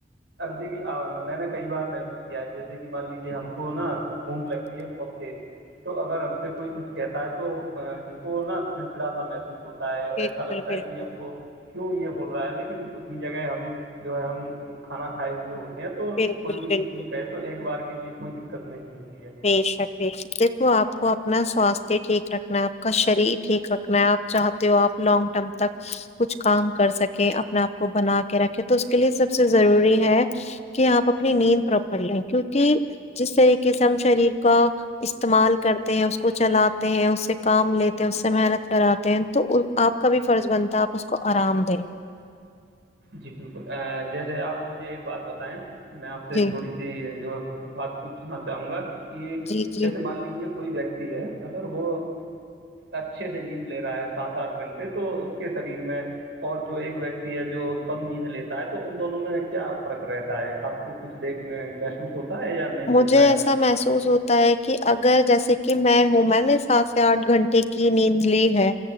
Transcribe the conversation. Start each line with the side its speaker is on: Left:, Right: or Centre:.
Right: دیکھیے میں نے کئی بار محسوس کیا ہے جیسے کہ مان لیجے ہم کو نا بھوک لگتی ہے بہت تیز تو اگر ہم سے کوئی کچھ کہتا ہے تو ہم کو نا چڑچڑاتا محسوس ہوتا ہے اور
Left: بالکل
Right: ایسا لگتا
Left: بالکل
Right: ہے کہ ہم کو کیوں یہ بول رہا ہے لیکن اسی جگہ ہم جو ہے ہم کھانا کھائے ہوئے ہوتے یہ تو
Left: بالکل
Right: کوئی بھی
Left: بالکل
Right: کچھ بھی کہے تو ایک بار کے لیے کوئی دقت نہیں ہوتی ہے
Left: بشک دیکھو آپ کو اپنا سواستھ ٹھیک رکھنا ہے آپ کا شریر ٹھیک رکھنا ہے آپ چاہ آپ لانگ ٹرم تک کچھ کام کر سکے اپنے آپ کو بنا کے رکھے تو کے لیے سب سے ضروری ہے کہ آپ اپنی نیند پراپر لیں کیونکہ جس طریقے سے ہم شریر کا استعمال کرتے ہیں اس کو چلاتے ہیں اس سے کام لیتے ہیں اس سے محنت کراتے ہیں تو آپ آپ کا بھی فرض بنتا ہے آپ اس کو آرام دیں
Right: جی بالکل جیسے آپ مجھے ایک بات بتائیں میں آپ سے
Left: جی
Right: تھوڑیی جی جو بات پوچھنا چاہوں گا کہ
Left: جی جی
Right: جیسے مان لیجے کوئی ویکتی ہے اگر وہ اچھے سے نیند لے رہا ہے سات آٹھ گھنٹے تو اس کے شریر میں اور جو ایک ویکتی ہے جو کم نیند لیتا ہے تو ان دونوں میں کیا فرق رہتا ہے آپ کو کچھ دیکھنے محسوس ہوتا ہے یا نہیں
Left: مجھے
Right: ہوتا ہے
Left: ایسا محسوس ہوتا ہے کہ اگر جیسے کہ میں ہوں میں نے سات سے آٹھ گھنٹے کی نیند لی ہے